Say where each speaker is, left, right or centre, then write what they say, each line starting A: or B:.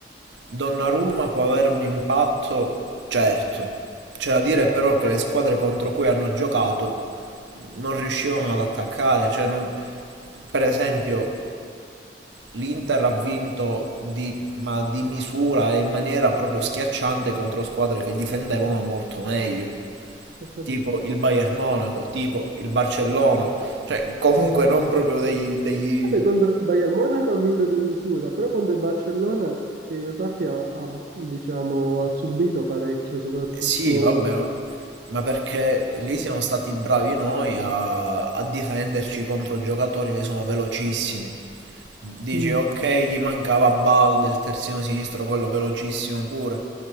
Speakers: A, on the right; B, on the right.
A: Donnarumma può avere un impatto, certo. C'è da dire
B: Mm,
A: però che le squadre contro cui hanno giocato non riuscivano ad attaccare, cioè non... Per esempio, L'Inter ha vinto di, ma di misura e in maniera proprio schiacciante contro squadre che difendevano molto meglio,
B: ho capito.
A: tipo il Bayern Monaco, tipo il Barcellona, cioè comunque non proprio degli... degli...
B: Vabbè, contro il Bayern Monaco ha vinto di misura, però contro il Barcellona, che io sappia, ha, diciamo, ha subito parecchio, soprattutto...
A: Sì, vabbè, ma, ma perché lì siamo stati bravi noi a, a difenderci contro giocatori che sono velocissimi. Dici,
B: Mm,
A: ok, gli mancava Balde, il terzino sinistro, quello velocissimo pure.